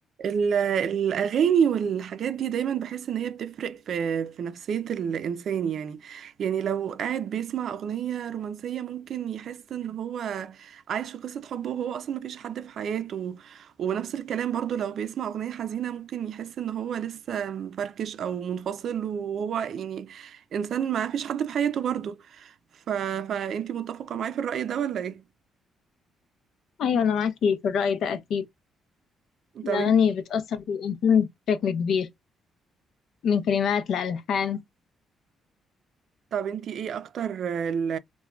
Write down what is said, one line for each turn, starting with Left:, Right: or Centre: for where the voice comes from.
Right: ال- الأغاني والحاجات دي دايما بحس إن هي بتفرق في في نفسية الإنسان يعني يعني لو قاعد بيسمع أغنية رومانسية ممكن يحس إن هو عايش في قصة حب وهو أصلا مفيش حد في حياته ونفس الكلام برضو لو بيسمع أغنية حزينة ممكن يحس إن هو لسه مفركش أو منفصل وهو يعني إنسان ما فيش حد في حياته برضو ف... فأنتي متفقة معايا في الرأي ده ولا إيه؟
Left: أيوة أنا معاكي في الرأي ده أكيد الأغاني
Right: طب
Left: بتأثر في الإنسان بشكل كبير من كلمات لألحان
Right: طب انتي ايه اكتر ال-